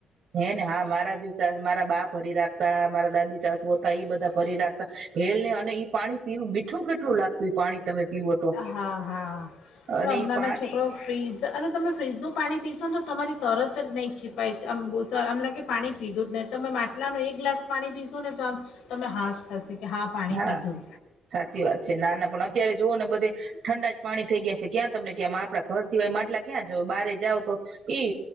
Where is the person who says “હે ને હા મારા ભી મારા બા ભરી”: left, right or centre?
Right